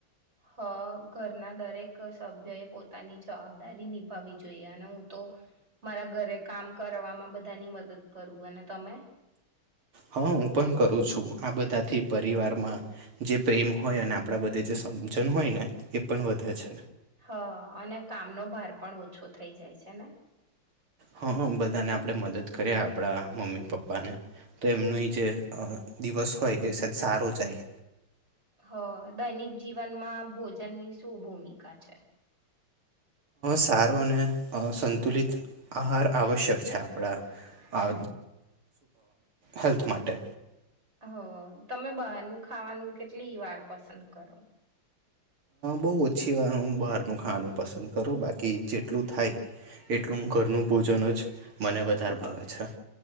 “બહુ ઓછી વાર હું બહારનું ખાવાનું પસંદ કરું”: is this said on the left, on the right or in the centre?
Right